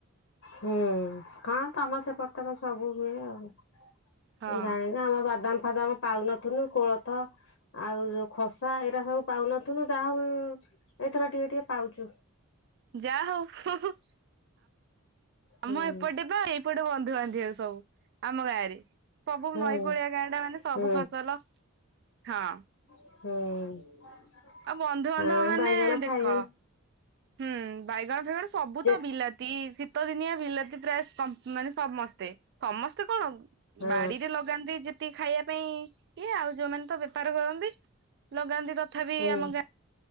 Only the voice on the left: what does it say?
ହୁଁ କଁ ତମ ସେପଟରେ ସବୁ ହୁଏ ଆଉ
ଜାଣି ନା ଆମର ବାଦାମ ଫାଦାମ ପାଉନଥିଲୁ କୋଳଥ ଆଉ ଯୋଉ ଖସା ଏଇରା ସବୁ ପାଉନଥୁନୁ ଯାହା ହବ ଏଇଥର ଟିକେ ଟିକେ ପାଉଛୁ।
ହୁଁ
ହୁଁ
ହୁଁ
ହୁଁ।
ହଁ
ବାଇଗଣ
ଫାଇଗଣ
ଯେ
ହଁ
ହୁଁ